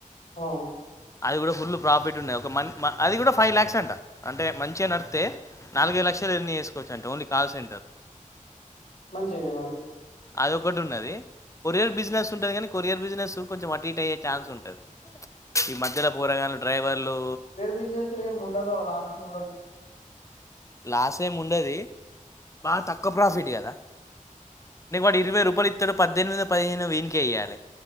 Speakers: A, on the left; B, on the left.
A: అవును
B: అది కూడా ఫుల్ ప్రాఫిట్ ఉన్నాయి ఒక మ అది కూడా ఫైవ్ ల్యాక్స్ అంట అంటే మంచిగా అని అడితే నాలుగైదు లక్షలు ఎర్నీ చేసుకోవచ్చు అంట ఓన్లీ కాల్స్రంటర్
A: మంచి అయినా మరి
B: అది ఒకటి ఉన్నది కొరియర్ బిజినెస్ ఉంటది కానీ కొరియర్ బిజినెస్ కొంచెం అటీట్ అయ్యే ఛాన్స్ ఉంటుది ఈ మధ్యలో పూరగానే డ్రైవర్లు
A: బిజినెస్ ముండవ లాస్ ముండది
B: లాస్ ఏమి ఉండది బాగా తక్కువ ప్రాఫిట్ కదా ఇం వాటి ఇరవై రూపాయలు ఇత్తడు పద్దెనిమిది మీద పదిహేను వీనిక వెయ్యాలి